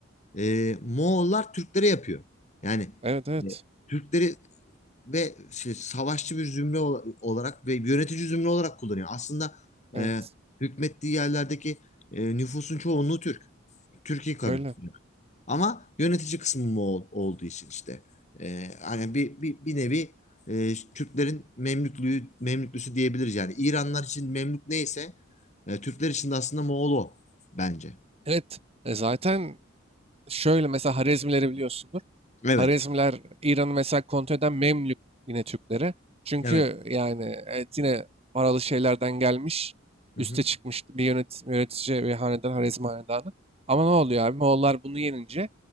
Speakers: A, on the left (about 35°); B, on the right (about 30°).
A: e, Moğollar Türklere yapıyor. Yani
B: Evet evet.
A: e, Türkleri ve şey, savaşçı bir zümre ola- olarak ve yönetici zümre olarak kullanıyor. Aslında
B: Evet.
A: e, hükmettiği yerlerdeki e, nüfusun çoğunluğu Türk. Türkiye kavmi.
B: Öyle.
A: Ama yönetici kısmı Moğol olduğu için işte e, hani bir, bir, bir nevi e, Türklerin Memlüklüğü, Memlüklüsü diyebiliriz. Yani İranlar için Memlük neyse e, Türkler için de aslında Moğol o bence.
B: Evet. E zaten şöyle mesela Harezmileri biliyorsundur.
A: Evet.
B: Harezmler İran'ı mesela kontrol eden Memlük yine Türklere, Çünkü
A: Evet.
B: yani evet yine paralı şeylerden gelmiş.
A: Hı
B: Üste
A: hı.
B: çıkmış bir yönet, yönetici ve hanedan Harezm hanedanı. Ama ne oluyor abi? Moğollar bunu yenince